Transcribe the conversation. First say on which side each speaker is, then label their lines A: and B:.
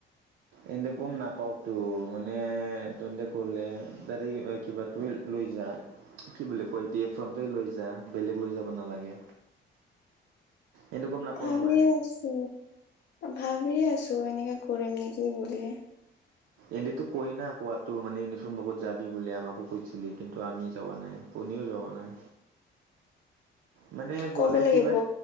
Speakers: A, on the right (about 80°); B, on the left (about 60°).
A: এন্ত গম নাপাওতো মানে তেে কলে ত কিবা লৈ কি বুলি কয় এতিয়া ফ্ৰণ্টই লৈ যা বেলেগ লৈ যাব নালাগে এন্তে গম নাপাওঁ
B: ভাবেই
A: নহয়
B: আছো ভাবি আছো এনেকাে কৰিম নেকি বুলি
A: এনেিতো কই না কোৱাাতো মানে ইউনিফৰ্ম বকত যাবি বুলি আমাকো কৈছিলি কিন্তু আমি যোৱা নাই শ যোৱা নাই মানে গ'লে
B: কব লাগিব
A: কিবা